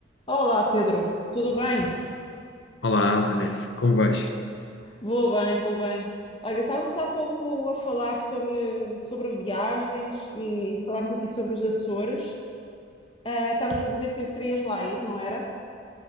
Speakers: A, on the left; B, on the left.
A: Olá, Pedro. Tudo bem?
B: Olá, Vanessa, como vais?
A: Vou bem, vou bem. Olha, estávamos há pouco a falar sobre, sobre viagens e falámos aqui sobre os Açores. Ah, Estavas a dizer que querias lá ir, não era?